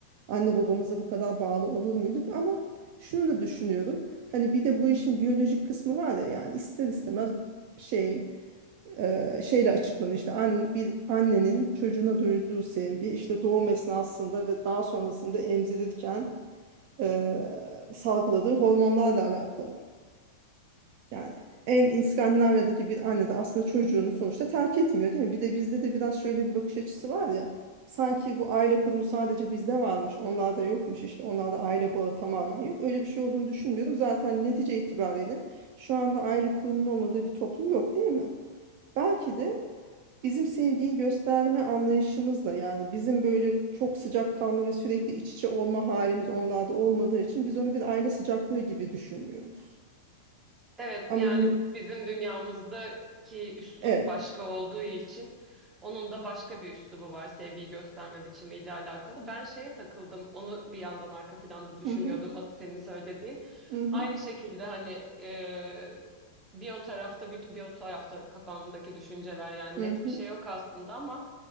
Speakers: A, on the right; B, on the right.
A: anne babamıza bu kadar bağlı olur muyduk? Ama şunu da düşünüyorum. Hani bir de bu işin biyolojik kısmı var ya yani ister istemez şey e, şeyle açıklanıyor işte an, bir annenin çocuğuna duyduğu sevgi işte doğum esnasında ve daha sonrasında emzirirken e, salgıladığı hormonlarla alakalı. Yani en İskandinavya'daki bir anne de aslında çocuğunu sonuçta terk etmiyor değil mi? Bir de bizde de biraz şöyle bir bakış açısı var ya. Sanki bu aile kurumu sadece bizde varmış, onlarda yokmuş işte. Onlarda aile bağı tamamen yok. Öyle bir şey olduğunu düşünmüyorum. Zaten netice itibariyle şu anda aile kurumunun olmadığı bir toplum yok değil mi? Belki de bizim sevgiyi gösterme anlayışımızla yani bizim böyle çok sıcakkanlı ve sürekli iç içe olma halimiz onlarda olmadığı için biz onu bir aile sıcaklığı gibi düşünmüyoruz.
B: Evet
A: Ama
B: yani
A: yine
B: bizim dünyamızdaki üslup
A: evet.
B: başka olduğu için onun da başka bir üslubu var sevgiyi gösterme biçimiyle alakalı. Ben şeye takıldım onu bir yandan arka planda düşünüyordum
A: Hı hı.
B: o- senin söylediğin.
A: Hı hı,
B: Aynı şekilde hani e, bir o tarafta bir, bir o tarafta kafamdaki düşünceler yani
A: hı
B: net
A: hı,
B: bir şey yok aslında ama